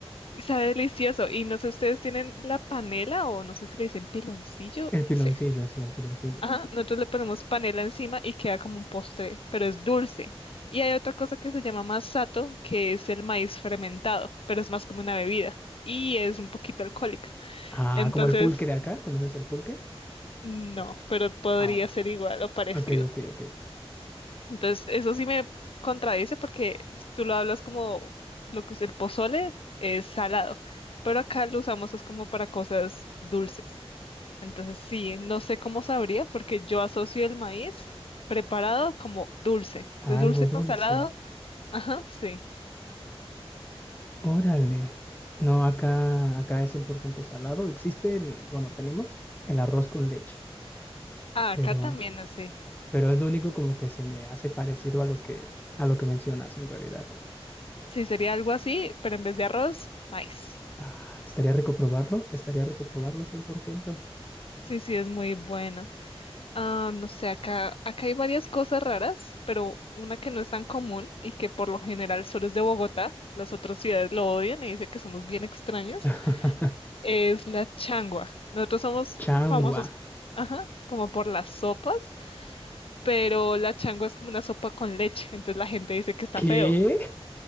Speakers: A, on the left (about 60°); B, on the left (about 15°).
A: y sabe delicioso. Y no sé, ustedes tienen la panela o no sé si le dicen piloncillo,
B: El piloncillo,
A: no sé.
B: sí, el piloncillo.
A: Ajá, nosotros le ponemos panela encima y queda como un postre, pero es dulce. Y hay otra cosa que se llama masato, que es el maíz fermentado, pero es más como una bebida y es un poquito alcohólica.
B: Ah,
A: Entonces,
B: como el pulque de acá. ¿Conoces el pulque?
A: no, pero podría
B: Ah, bueno.
A: ser igual o parecido.
B: Ok, ok, ok.
A: Entonces, eso sí me contradice porque pues, tú lo hablas como lo que es el pozole es salado, pero acá lo usamos es como para cosas dulces. Entonces, sí, no sé cómo sabría porque yo asocio el maíz preparado como dulce. Entonces,
B: Algo
A: dulce
B: dulce.
A: con salado, ajá, sí.
B: Órale. No, acá, acá es 100% salado. Existe el, bueno, tenemos el arroz con leche,
A: Ah,
B: pero,
A: acá también así.
B: pero es lo único como que se me hace parecido a lo que, a lo que mencionas en realidad.
A: Sí, sería algo así, pero en vez de arroz, maíz.
B: Ah, estaría rico probarlo, estaría rico probarlo cien por ciento
A: Sí, sí, es muy bueno. Ah, no sé, acá, acá hay varias cosas raras, pero una que no es tan común y que por lo general solo es de Bogotá, las otras ciudades lo odian y dicen que somos bien extraños,
B: <laughs>
A: es la changua. Nosotros somos
B: Changua.
A: famosos, ajá, como por las sopas, pero la changua es como una sopa con leche, entonces la gente dice que está
B: ¿Qué?
A: feo.